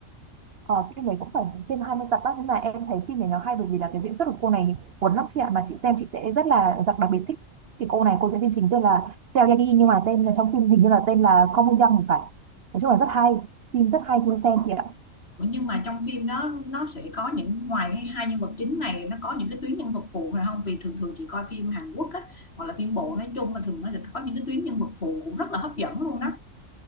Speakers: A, on the right (about 55°); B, on the left (about 50°).
A: Ờ, phim này cũng phải trên 20 tập á nhưng mà em thấy phim này nó hay bởi vì là cái diễn xuất của cô này cuốn lắm chị ạ mà chị xem chị sẽ rất là đặc, đặc biệt thích thì cô này cô diễn viên chính tên là Seo Ye Ji nhưng mà tên trong phim hình như là tên là Không Young thì phải nói chung là rất hay phim rất hay khi xem chị ạ
B: nhưng mà trong phim đó nó sẽ có những ngoài hai nhân vật chính này nó có những cái tuyến nhân vật phụ này không vì thường thường chị coi phim Hàn Quốc á hoặc là phim bộ nói chung mà thường nó sẽ có những cái tuyến nhân vật phụ cũng rất là hấp dẫn luôn đó